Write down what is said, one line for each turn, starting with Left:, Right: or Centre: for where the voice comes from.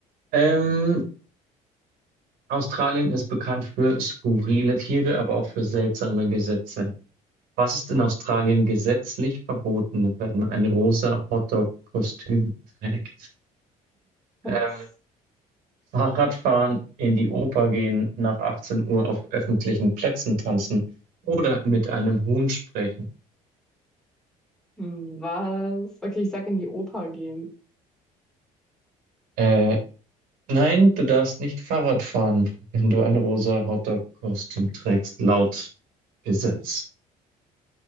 Right: Ähm, Australien ist bekannt für skurrile Tiere, aber auch für seltsame Gesetze. Was ist in Australien gesetzlich verboten, wenn ein rosa Hotdog-Kostüm trägt?
Centre: Was?
Right: Ähm, Fahrradfahren, in die Oper gehen, nach 18 Uhr auf öffentlichen Plätzen tanzen oder mit einem Huhn sprechen.
Centre: Was? Okay, ich sag in die Oper gehen.
Right: Äh, nein, du darfst nicht Fahrrad fahren, wenn du ein rosa Hotdog-Kostüm trägst, laut Gesetz.